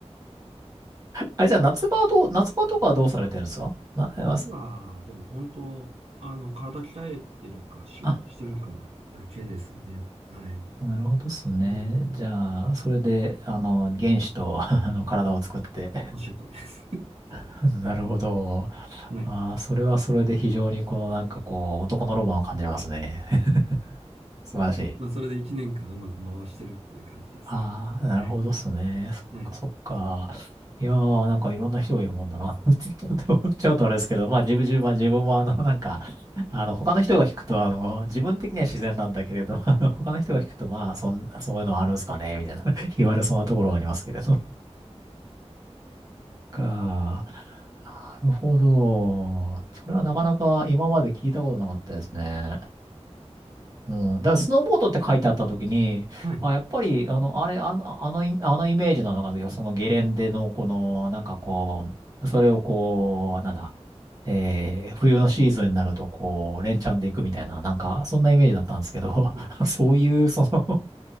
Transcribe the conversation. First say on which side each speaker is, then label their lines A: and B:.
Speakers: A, on the right (about 30°); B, on the right (about 60°).
A: あれ、じゃあ夏場はどう、夏場とかはどうされてるんですかな、
B: 次は、
A: あ、す
B: でも本当、あの、体鍛えてるか、仕事してるかだけですね。
A: あ
B: はい。
A: あー、なるほどっすね。
B: うん、
A: じゃあ、それで、あの、原子と <laughs>、あの、体を作って
B: おっしゃる通りです。
A: <laughs>。なるほど。
B: <laughs> はい。
A: ああ、それはそれで非常にこのなんかこう、男のロマンを感じますね。<laughs> 素晴らしい。
B: まあ、それで1年間うまく回してるっていう感じですね。
A: ああ、なるほどっすね。
B: はい。
A: そっかそっか。
B: はい。
A: いやー、なんかいろんな人がいるもんだな。<laughs> ちょっと思っちゃうとあれですけど、まあ自分、自分は、自分もあの、なんか、あの、他の人が聞くと、あの、自分的には自然なんだけれど、<laughs> あの他の人が聞くと、まあ、そん、そういうのあるんすかね、みたいな、<laughs> 言われそうなところはありますけれど。か、なるほど。それはなかなか今まで聞いたことなかったですね。うん、だからスノーボードって書いてあった時に、
B: はい。
A: あ、やっぱり、あの、あれ、あの、あのイ、あのイメージなのかな、そのゲレンデの、この、なんかこう、それをこう、なんだ、えー、冬のシーズンになると、こう、連チャンで行くみたいな、なんか、そんなイメージだったんですけど、
B: はい。
A: <laughs> そういう、その、